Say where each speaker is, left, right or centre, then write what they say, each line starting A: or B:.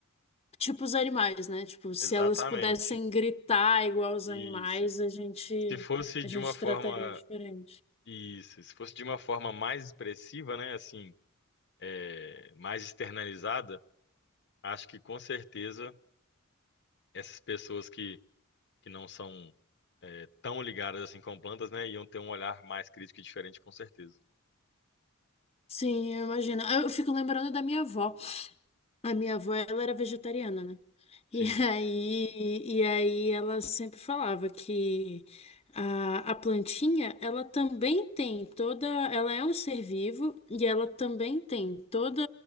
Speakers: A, on the left (about 30°); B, on the left (about 55°).
A: tipo os animais, né? Tipo, se
B: Exatamente.
A: elas pudessem gritar igual os
B: Isso.
A: animais, a gente,
B: Se fosse
A: a
B: de
A: gente
B: uma forma
A: trataria diferente.
B: isso, se fosse de uma forma mais expressiva, né, assim, é, mais externalizada, acho que com certeza essas pessoas que que não são é, tão ligadas assim com plantas, né, iam ter um olhar mais crítico e diferente, com certeza.
A: Sim, eu imagino. Eu fico lembrando da minha avó. A minha avó, ela era vegetariana, né?
B: Sim,
A: E <laughs> aí, e aí ela sempre falava que a, a plantinha, ela também tem toda, ela é um ser vivo e ela também tem toda